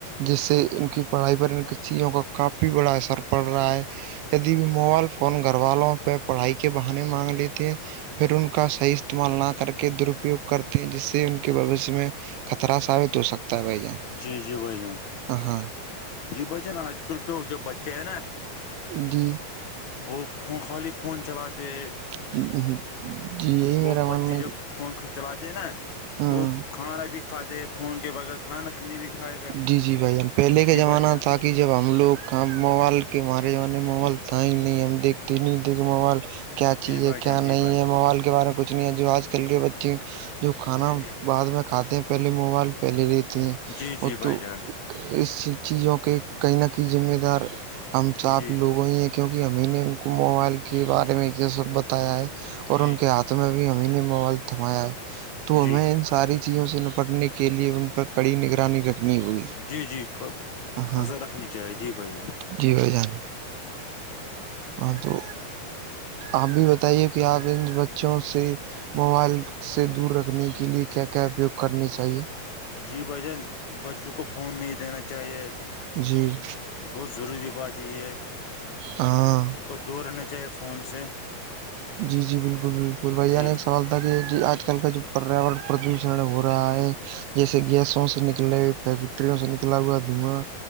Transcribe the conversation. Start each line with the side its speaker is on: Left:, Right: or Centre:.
Right: جس سے ان کی پڑھائی پر ان کی چیزوں کا کافی بڑا اثر پڑ رہا ہے یدی بھی موبائل فون گھر والوں پہ پڑھائی کے بہانے مانگ لیتے ہیں پھر ان کا صحی استعمال نہ کر کے درپیوگ کرتے ہیں جس سے ان کے بوشیہ میں خطرہ ثابت ہو سکتا ہے بھائی جان
Left: جی جی بھائی جان
Right: ہاں
Left: جی بھائی جان آج کل تو جب بچے ہیں نا
Right: گی
Left: وہ خالی فون چلاتے
Right: <inaudible> یہی میرا
Left: وہ
Right: ماننا
Left: بچے
Right: ہے
Left: جب
Right: کہ
Left: فون چلاتے ہیں نا
Right: ہاں
Left: وہ کھانا بھی کھاتے ہیں فون کے بغیر کھانا کنی بھی کھائے گا
Right: جی جی بھائی جان پہلے کے
Left: جی
Right: زمانہ
Left: بھائی جان
Right: تک کہ جب ہم لوگ کا موبائل کے مارے جانے موائل تھا ہی نہیں ہم دیکتے نہیں دیکھتے موبائل کیا چیز
Left: جی
Right: ہے
Left: بھائی جان
Right: کیا
Left: جی
Right: نہیں
Left: بھائی
Right: ہے
Left: جان
Right: موبائل بارے میں کچھ نہیں ہے جو آج کل کے بچے جو کھانا
Left: جی جی
Right: بعد میں کھاتے ہیں پہلے موبائل پہلے لیتی ہیں
Left: جی جی بھائی
Right: تو
Left: جان
Right: اس چیزوں کے کہئی نہ کہ ذمہ دار ہم چ آپ
Left: جی
Right: لوگوں ہی کیونکہ امی نے ان کو موبائل کے بارے میں یہ سب بتایا ہے اور
Left: جی
Right: ان کے ہاتھ ا ہمیں نے موال تھمایا ہے تو
Left: جی
Right: ہمیں ساری چیزوں سے نپٹنے کے لیئے ان پر کڑی نگرانی رکھنی ہوئی
Left: جی جی ک
Right: ہاں
Left: نظر رکھنی چاہے جی بھائی جان
Right: جی ہو جان ہاں تو آپ بھی بتائیے کہ آپ ان بچوں سے موبائل سے دور رکھنے کے لیے کیا کیا اپیوگ کرنے چاہیے
Left: جی بھ جان بچوں کو فون نہیں دینا چاہیے
Right: جی
Left: بہت ضروری بات یہ یہ ہے
Right: ہاں
Left: کو دور رہنا چاہیے فون سے
Right: جی جی بالکل بالکل بھیا
Left: جی
Right: نے ایک سوال کہ آج کل کا جو پریاورن پردوشن ہو رہا ہے جیسے گیسوں سے نکلے فیکٹریوں سے نکلا ہوا دھواں